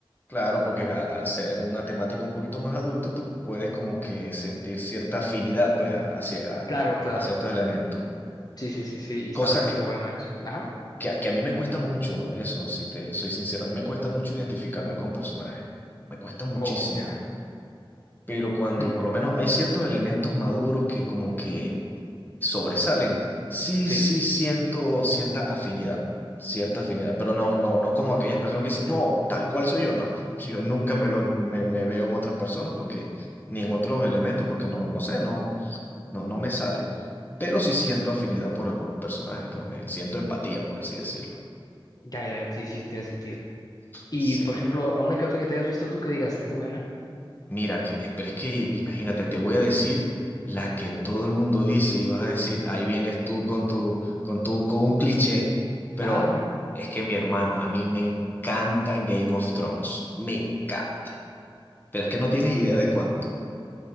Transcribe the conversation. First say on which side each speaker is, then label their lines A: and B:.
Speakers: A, on the left; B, on the left.
A: claro, porque al, al ser una temática un poquito más adulta, tú puedes como que sentir cierta afinidad pues a- hacia a,
B: Claro, claro.
A: a ciertos elementos.
B: Sí, sí, sí, sí. Y está
A: Cosa
B: bastante
A: que,
B: bueno eso. Ajá.
A: que, a que a mí me cuesta mucho, eso, si te soy sincero, a mí me cuesta mucho identificarme con personajes. Me cuesta muchísimo.
B: Oh, ya.
A: Pero cuando
B: <clears throat> Mm,
A: por lo menos hay ciertos elementos maduros que como que sobresalen, sí,
B: Sí,
A: sí siento cierta afinidad, cierta afinidad, pero no, no, no como aquellas personas que dicen, no, tal cual soy yo, no, <laughs> yo nunca me, lo, me, me veo en otras personas porque, ni en otros elementos porque no, no sé, no, no, no me sale, pero sí siento afinidad por algunos personajes, pues me siento empatía, por así decirlo.
B: ya, ya, ya, sí, sí, tiene sentido. Y,
A: Sí.
B: por ejemplo, a una que otra que te hayas visto tú que digas, ¿es buena?
A: Mira, que, eh, pero es que imagínate, te voy a decir la que todo el mundo dice y vas a decir, ahí vienes tú con tu, con tu, con un cliché, pero
B: Ajá, ajá.
A: es que mi hermano, a mí me encanta Game of Thrones, me encanta, pero es que no tienes idea de cuánto.